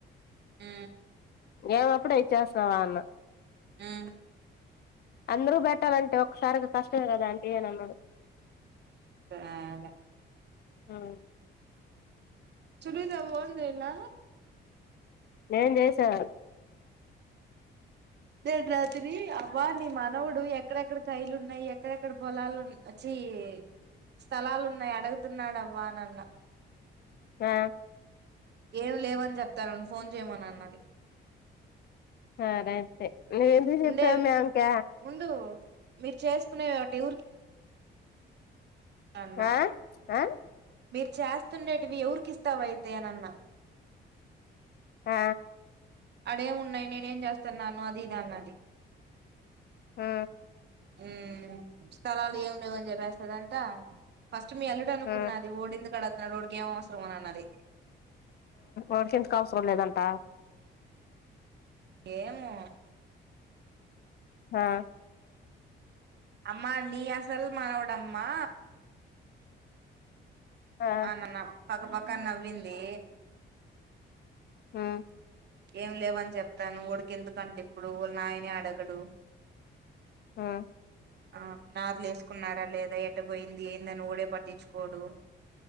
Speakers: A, on the right; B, on the left.
A: ఆ
B: ఏ అప్పుడే ఇచ్చేస్తావా అన్న
A: ఆ
B: అందరూ పెట్టాలంటే ఒకసారికి కష్టమే కదా ఆంటీ అని అన్నాడు
A: ఇగ
B: ఆ
A: చులీదా ఉందేలా
B: నేను చేసా
A: రడ్ రాత్రి అవ్వా నీ మానవుడు ఎక్కడెక్కడ కైలు ఉన్నాయి ఎక్కడెక్కడ పొలాలున్నాయి చీ ఈ స్థలాలు ఉన్నాయి అడుగుతున్నాడవ్వ అని అన్న
B: ఆ
A: ఏం లేవని చెప్తాను ఫోన్ చేయమను అన్నది
B: సరే అయితే ఎందుకు చెప్పావు
A: ఉండేవి
B: మే వానికి
A: ఉండు మీరు చేసుకునే ఒకటి ఊరికి అన్నా
B: ఆ ఆ
A: మీరు చేస్తుండేటివి ఎవరికి ఇస్తావయితే అని అన్నా
B: ఆ
A: అడే ఉన్నాయి నేనేం చేస్తున్నాను అది ఇది అన్నది
B: ఆ
A: ఉమ్ స్థలాలు ఏమి లేవని చెప్పేస్తదంటా ఫస్ట్ మీ అల్లుడు అనుకున్నది
B: ఆ
A: ఓడిందుకు అడుగుతాడు ఓడికి ఏం అవసరం అని అన్నది
B: ఆడికి ఎందుకు అవసరం లేదంట
A: ఏమో
B: ఆ
A: అమ్మా నీ అసలు మనువాడమ్మా
B: ఆ
A: అనన్నా పక్కపక్క నవ్వింది
B: ఉమ్
A: ఏం లేవని చెప్తాను ఉడికి ఎందుకంటడి ఇప్పుడు వాళ్ళ నాయనే అడగడు
B: ఆ
A: ఆ నార్లు వేసుకున్నారా లేదా ఎట్ట పోయింది ఏందని ఊడే పట్టించుకోడు